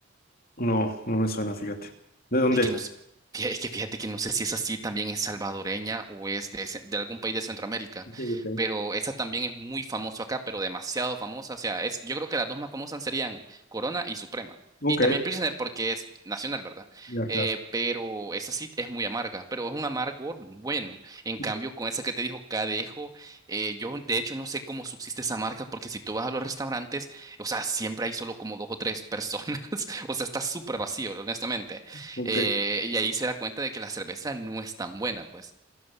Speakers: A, on the left (about 45°); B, on the right (about 20°).
A: No, no me suena, fíjate. ¿De dónde
B: Es que
A: es?
B: no sé, fí- es que fíjate que no sé si es así también es salvadoreña o es de, ce- de algún país de Centroamérica,
A: Ok, ok.
B: pero esa también es muy famosa acá, pero demasiado famosa. O sea, es, yo creo que las dos más famosas serían Corona y Suprema.
A: Ok,
B: Y también Pilsner porque es nacional, ¿verdad?
A: ya,
B: Eh,
A: claro.
B: pero esa sí es muy amarga, pero es un amargor bueno. En
A: Sí.
B: cambio, con esa que te dijo Cadejo, eh, yo de hecho no sé cómo subsiste esa marca, porque si tú vas a los restaurantes, o sea, siempre hay solo como dos o tres personas, <laughs> o sea, está súper vacío, honestamente.
A: Ok.
B: Eh, y ahí se da cuenta de que la cerveza no es tan buena, pues.